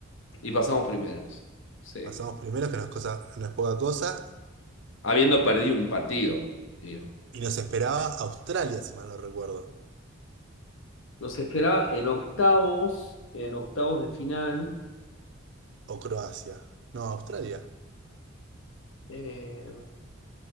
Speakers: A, on the left (about 65°); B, on the right (about 55°).
A: Y pasamos primeros. Sí.
B: Pasamos primeros, que no es cosa, no es poca cosa,
A: Habiendo perdido un partido, digo.
B: y nos esperaba Australia, si mal no recuerdo.
A: Nos esperaba en octavos, en octavos de final.
B: O Croacia. No, Australia.
A: eh,